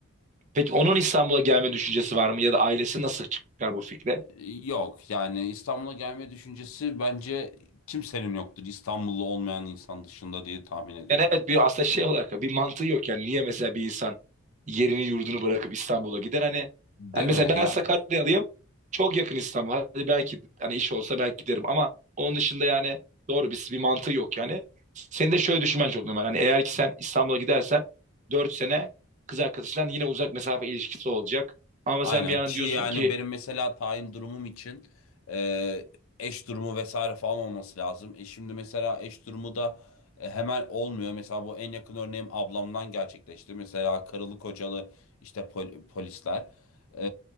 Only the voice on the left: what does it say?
E, Yok yani İstanbul'a gelme düşüncesi bence kimsenin yoktur. İstanbullu olmayan insan dışında diye tahmin ediyorum.
Değil
mi? Ya
Aynen
ki
yani
benim mesela tayin durumum için e, eş durumu vesaire falan olması lazım. E şimdi mesela eş durumu da e, hemen olmuyor. Mesela bu en yakın örneğim ablamdan gerçekleşti. Mesela karılı kocalı işte pol- polisler. E,